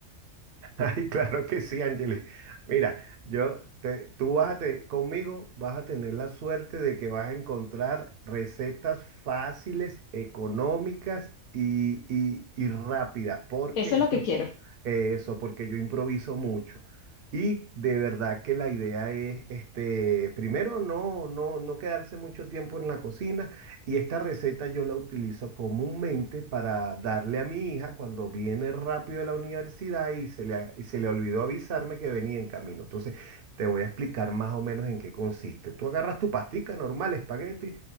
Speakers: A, on the right; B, on the left.
A: Ay, claro que sí, Ángeles. Mira, yo te- tú vas a te- conmigo vas a tener la suerte de que vas a encontrar recetas fáciles, económicas y, y- y rápidas, porque
B: Eso es
A: eso,
B: lo que quiero.
A: eso, porque yo improviso mucho. Y de verdad que la idea es, este, primero, no, no, no quedarse mucho tiempo en la cocina. Y esta receta yo la utilizo comúnmente para darle a mi hija cuando viene rápido de la universidad y se le, ha- y se le olvidó avisarme que venía en camino. Entonces, te voy a explicar más o menos en qué consiste. Tú agarras tu pastica normal, espagueti,